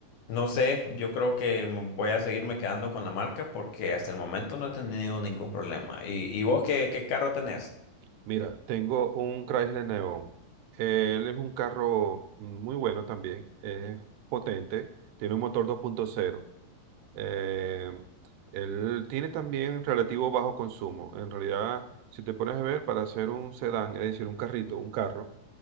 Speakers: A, on the left; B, on the right.
A: no sé, yo creo que m- voy a seguirme quedando con la marca porque hasta el momento no he tenido ningún problema. ¿Y, y vos qué, qué carro tenés?
B: Mira, tengo un Chrysler Neon. Él es un carro muy bueno también, es potente, tiene un motor 2.0. Eh, él tiene también relativo bajo consumo. En realidad, si te pones a ver, para hacer un sedán, es decir, un carrito, un carro